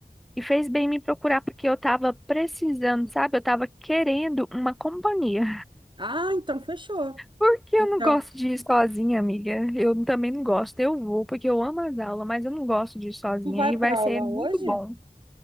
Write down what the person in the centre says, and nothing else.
E fez bem me procurar, porque eu tava precisando, sabe? Eu tava querendo uma companhia.
Por que eu
não gosto de ir sozinha, amiga? Eu também não gosto. Eu vou porque eu amo as aulas, mas eu não gosto de ir sozinha
e vai
ser
muito
bom.